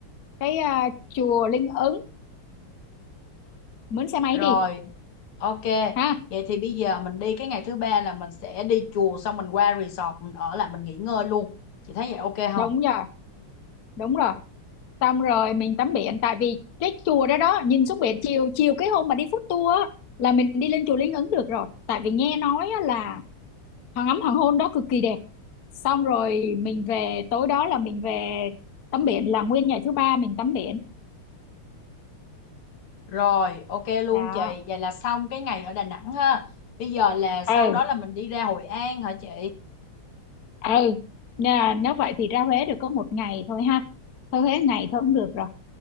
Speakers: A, on the left; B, on the left.
A: cái à, chùa Linh Ứng mướn xe máy
B: rồi
A: đi
B: Ok,
A: ha
B: vậy thì bây giờ mình đi cái ngày thứ ba là mình sẽ đi chùa xong mình qua resort mình ở lại mình nghỉ ngơi luôn. Chị thấy vậy ok không?
A: đúng rồi đúng rồi xong rồi mình tắm biển tại vì cái chùa đó đó nhìn xuống biển chiều chiều cái hôm mà đi food tour á, là mình đi lên chùa Linh Ứng được rồi tại vì nghe nói á là hoàng ấm hoàng hôn đó cực kỳ đẹp xong rồi mình về tối đó là mình về tắm biển là nguyên ngày thứ ba mình tắm biển
B: Rồi, ok luôn
A: đó
B: chị. Vậy là xong cái ngày ở Đà Nẵng ha. Bây giờ là sau
A: ừ
B: đó là mình đi ra Hội An hả chị?
A: ừ nè, nếu vậy thì ra Huế được có một ngày thôi ha thôi Huế ngày thôi cũng được rồi